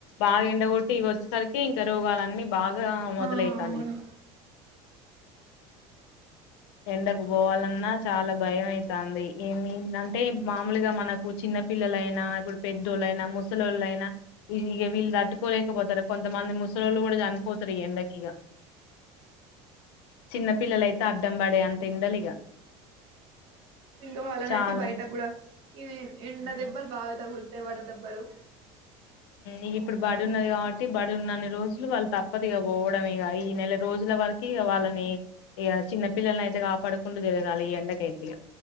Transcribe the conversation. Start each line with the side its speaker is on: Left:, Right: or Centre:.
Left: బాగా ఎండగొట్టి ఇ వచ్చేసరికి ఇంకా రోగాలన్నీ బాగా మొదలైతా
Right: ఆ అవును
Left: ఎండకు పోవాలన్నా అన్నా చాలా భయం అవుతుంది ఏమి అంటే మామూలుగా మనకు చిన్న పిల్లలైనా ఇప్పుడు పెద్దోళ్ళైనా ముసలిళ్ళైనా ఇక వీళ్ళు తట్టుకోలేకపోతారు కొంతమంది ముసలళ్ళు కూడా చనిపోతారు ఎండకి చిన్న పిల్లల అయితే అడ్డం పడే అంత ఇండాల
Right: ఇంకా వాళ్ళన
Left: చాలా
Right: అయితే బయట కూడా ఈ ఎండ
Left: ఉమ్
Right: దెబ్బలు బాగా తగులుతాయి వడదెబ్బలు
Left: ఇ ఇప్పుడు బడి ఉన్నది కాబట్టి బడి ఉన్న అన్ని రోజులు వాళ్ళు తప్పదుగా పోవడం ఇక నెల రోజుల వరకి వాళ్ళని ఇక చిన్న పిల్లని అయితే కాపాడుకుండా గలగాలి ఈ ఎండకైయితే ఇక